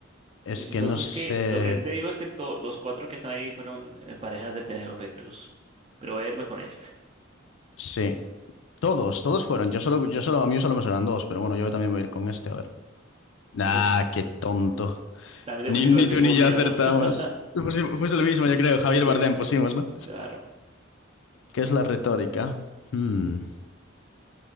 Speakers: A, on the left; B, on the right.
A: es
B: lo chistoso
A: que no sé.
B: es que... Lo que sí te digo es que to- los cuatro que están ahí fueron eh, parejas de Penélope Cruz. Pero voy a irme con este.
A: Sí. Todos, todos fueron. Yo solo, yo solo, a mí solo me suenan dos, pero bueno, yo también voy a ir con este, a ver. Nah,
B: Uf,
A: qué tonto.
B: también te
A: Ni,
B: fuiste
A: ni
B: con el mismo
A: tú ni yo
B: mío,
A: acertamos.
B: ¿no? <laughs>
A: Fuese, fuese lo mismo, yo creo. Javier
B: Sí,
A: Bardem pusimos, ¿no?
B: claro.
A: ¿Qué es la retórica? Hmm.